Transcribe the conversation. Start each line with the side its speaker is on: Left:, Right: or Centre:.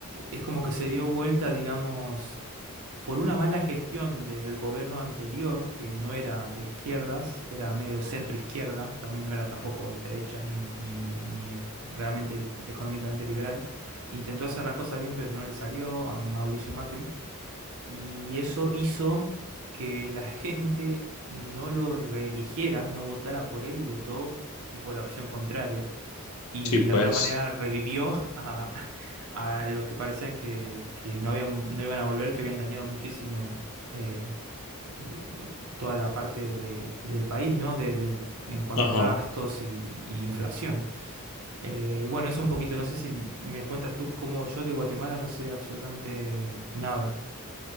Right: es como que se dio vuelta, digamos, por una mala gestión del gobierno anterior, que no era de izquierdas, era medio centro izquierda, también no era tampoco derecha ni, ni, ni e- realmente económicamente liberal, intentó hacer las cosas bien, pero no le salió a Mauricio Macri, y eso hizo que la gente no lo reeligiera, no votara por él y votó tipo la opción contraria y
Left: Sí, pues.
Right: de alguna manera revivió a, a los que parecían que, que no habían, no iban a volver, que habían dañado muchísimo eh, eh, eh, toda la parte de- del país, ¿no? De, de- en cuanto
Left: ajá,
Right: a gastos y, y inflación. Eh, bueno, eso un poquito, no sé si me cuentas tú cómo yo de Guatemala no sé absolutamente nada.